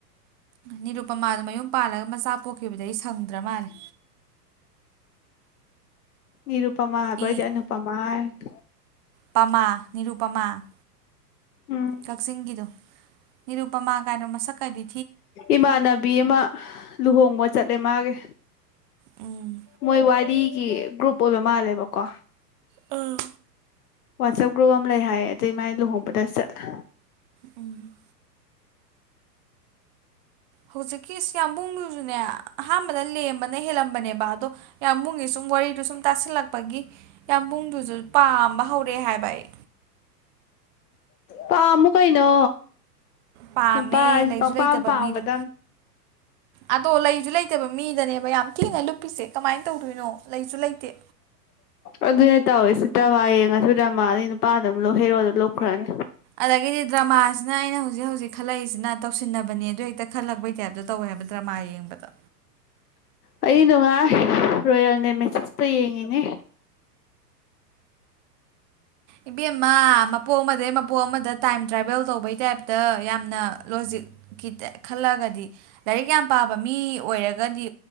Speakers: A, on the right; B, on the left.
A: ꯅꯤꯔꯨꯄꯃꯥꯗꯣ ꯃꯌꯨꯝ ꯄꯥꯜꯂꯒ ꯃꯆꯥ ꯄꯣꯛꯈꯤꯕꯗꯩ ꯁꯪꯗ꯭ꯔ ꯃꯥꯜꯂꯦ
B: ꯅꯤꯔꯨꯄꯃꯥ ꯍꯥꯏꯕꯤꯌꯨ
A: ꯏ
B: ꯑꯩꯗꯤ ꯑꯅꯨꯄꯃꯥ ꯍꯥꯏꯔꯦ <inaudible>
A: ꯄꯃꯥ ꯅꯤꯔꯨꯄꯃꯥ
B: ꯎꯝ
A: ꯀꯛꯆꯤꯡꯒꯤꯗꯣ ꯅꯤꯔꯨꯄꯃꯥ ꯀꯥꯏꯅꯣ ꯃꯁꯛ ꯀꯥꯏꯗꯤ
B: ꯏꯃꯥꯅꯕꯤ ꯑꯃ ꯂꯨꯍꯣꯡꯕ ꯆꯠꯂꯦ ꯃꯥꯒꯤ
A: ꯎꯝ
B: ꯃꯣꯏ ꯋꯥꯔꯤꯒꯤ ꯒ꯭ꯔꯨꯞ ꯑꯣꯏꯕ ꯃꯥꯜꯂꯦꯕꯀꯣ
A: ꯑ
B: ꯋꯥꯆꯞ ꯒ꯭ꯔꯨꯞ ꯑꯃ ꯂꯩ ꯍꯥꯏꯌꯦ ꯑꯗꯨꯏ ꯃꯥꯏ ꯂꯨꯍꯣꯡꯕꯗ ꯆꯠꯂꯦ
A: ꯎꯝ ꯍꯧꯖꯤꯛꯀꯤ ꯁꯤ ꯌꯥꯝ ꯌꯥꯝꯕꯨꯡꯗꯨ ꯁꯨꯅꯦ ꯑꯍꯥꯟꯕꯗ ꯂꯦꯝꯕꯅ ꯍꯦꯜꯂꯝꯕꯅꯦꯕ ꯑꯗꯣ ꯌꯥꯝꯕꯨꯡꯒꯤ ꯁꯨꯝ ꯋꯥꯔꯤꯗꯨ ꯁꯨꯝ ꯇꯁꯤꯜꯂꯛꯄꯒꯤ ꯌꯥꯝꯕꯨꯡꯗꯨꯁꯨ ꯄꯥꯝꯕ ꯍꯧꯔꯛꯑꯦ ꯍꯥꯏꯕ ꯑꯩ
B: ꯄꯥꯝꯃꯨ ꯀꯩꯅꯣ
A: ꯄꯥꯝꯃꯦ
B: ꯅꯨꯄꯥ ꯍꯥꯏꯁꯤꯗꯤ
A: ꯂꯩꯁꯨ
B: ꯄꯥꯝꯄꯥꯝ
A: ꯂꯩꯇꯕ
B: ꯄꯥꯝꯒꯗꯕꯅꯤ
A: ꯃꯤꯗꯣ ꯑꯗꯣ ꯂꯩꯁꯨ ꯂꯩꯇꯦꯕ ꯃꯤꯗꯅꯦꯕ ꯌꯥꯝ ꯊꯤꯅ ꯂꯨꯞꯄꯤꯁꯦ ꯀꯃꯥꯏꯅ ꯇꯧꯗꯣꯏꯅꯣ ꯂꯩꯁꯨ ꯂꯩꯇꯦ
B: ꯑꯗꯨꯅꯦ ꯇꯧꯋꯦ ꯁꯤ ꯗ꯭ꯔꯃ ꯌꯦꯡꯑꯁꯨ ꯗ꯭ꯔꯥꯃ ꯅꯨꯄꯥꯗ ꯑꯗꯨꯝ ꯂꯧ ꯍꯦꯔꯣꯗ ꯂꯨꯞꯈ꯭ꯔꯅꯤ
A: ꯑꯗꯒꯤꯗꯤ ꯗ꯭ꯔꯃꯥꯁꯤꯅ ꯑꯩꯅ ꯍꯧꯖꯤꯛ ꯍꯧꯖꯤꯛ ꯈꯜꯂꯛꯏꯁꯤꯅ ꯇꯧꯁꯤꯟꯅꯕꯅꯦ ꯑꯗꯨꯗꯣ ꯍꯦꯛꯇ ꯈꯜꯂꯛꯄꯩ ꯇꯥꯏꯞꯇ ꯇꯧꯋꯦ ꯍꯥꯏꯕ ꯗ꯭ꯔꯃꯥ ꯌꯦꯡꯕꯗꯣ
B: ꯑꯩꯗꯤ ꯅꯨꯡꯉꯥꯏ ꯔꯣꯌꯦꯜꯅꯦ ꯃꯦꯁꯦꯁꯇꯣ ꯌꯦꯡꯉꯤꯅꯦ
A: ꯏꯕꯦꯝꯃ ꯃꯞ ꯃꯄꯣꯛ ꯑꯃꯗꯒꯤ ꯃꯄꯣꯛ ꯑꯃꯗ ꯇꯥꯏꯝ ꯇ꯭ꯔꯥꯕꯦꯜ ꯇꯧꯕꯩ ꯇꯥꯏꯞꯇ ꯌꯥꯝꯅ ꯂꯣꯖꯤꯛꯀꯤ ꯈꯜꯂꯛꯒꯗꯤ ꯂꯥꯏꯔꯤꯛ ꯌꯥꯝ ꯄꯥꯕ ꯃꯤ ꯑꯣꯏꯔꯒꯗꯤ